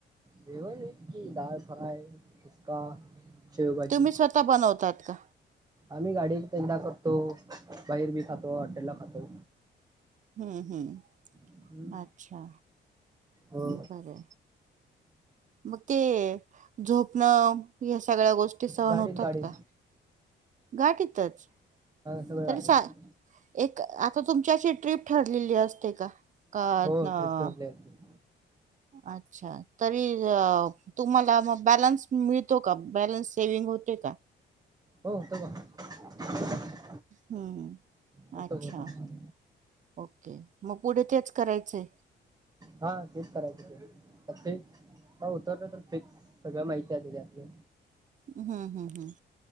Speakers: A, on the right; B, on the right.
A: जेवन हेच की दाल फ्राय <unintelligible> शेवभाजी,
B: तुम्ही स्वतः बनवतात का
A: आम्ही गाडी <unintelligible> कर तो बाहेर बी खातो, हॉटेल ला खातो.
B: हम्म हम्म,
A: हम्म
B: अच्छा!
A: हो
B: बर मके झोपणं या सगळ्या गोष्टी सहन
A: गाडीत
B: होतात
A: गाडीत
B: का? गाडीत. तच.
A: सगळं
B: <unintelligible>
A: गाडीत
B: आता तुमच्याशी ट्र्रीप ठरलेली असते का? का
A: हो
B: न-
A: ट्रिप <unintelligible>
B: अच्छा तरी अ तुम्हाला म.. बॅलन्स मिळतो का बॅलन्स सेवि्हंग होते का?
A: हो <unintelligible>
B: हम्म.
A: होत
B: अच्छा
A: होत
B: ओके. मग पुढे तेच करायचंय.
A: हा तेच करायचं तर ते उतर तर तेच सगळं माहती आहे त्याच्यातले
B: हम्म हम्म हम्म